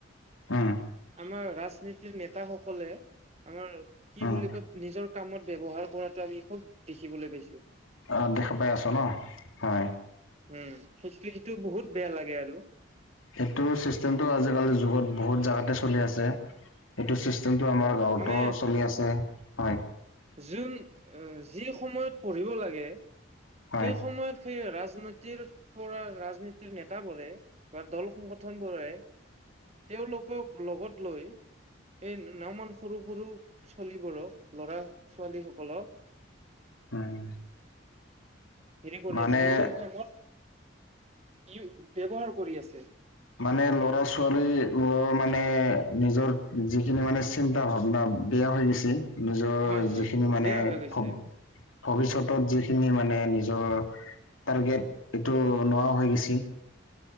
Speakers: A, on the left; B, on the right.
A: উম
B: আমাৰ ৰাজনীতিৰ নেতাসকলে আমাৰ কি
A: উম
B: বুলি কয় নিজৰ কামত ব্যৱহাৰ কৰাটো আমি খুব দেখিবলৈ পাইছো
A: অ দেখা পাই আছ ন হয়
B: উম সেইটো সেইটো বহুত বেয়া লাগে আৰু
A: সেইটো ছিষ্টেমটো আজিকালিৰ যুগত বহুত বহুত জাগাতে চলি আছে এইটো চিষ্টেমটো
B: অ,
A: আমাৰ গাঁৱতো
B: মানে
A: চলি আছে হয়
B: যোন যি সময়ত পঢ়িব লাগে
A: হয়
B: সেই সময়ত সেই ৰাজনীতিৰ পৰা ৰাজনীতিৰ নেতাবোৰে বা দল সংগঠন বোৰে তেওঁলোকক লগত লৈ এই নাওমান সৰু সৰু চলীবোৰক ল'ৰা -ছোৱালী সকলক
A: হয়
B: হেৰি কৰি
A: মানে
B: আছে নিজৰ কামত ই ব্যৱহাৰ কৰি আছে
A: মানে ল'ৰা ছোৱালীৰ বোৰৰ মানে নিজৰ যিখিনি মানে চিন্তা ভাৱনা বেয়া হৈ গৈছে নিজৰ
B: হয় হয়
A: যিখিনি মানে
B: বেয়া হৈ গৈছে।
A: ভৱ ভৱিষ্যতত যিখিনি মানে নিজৰ টাৰ্গেট এইটো
B: উম,
A: নোৱা হৈ গৈছি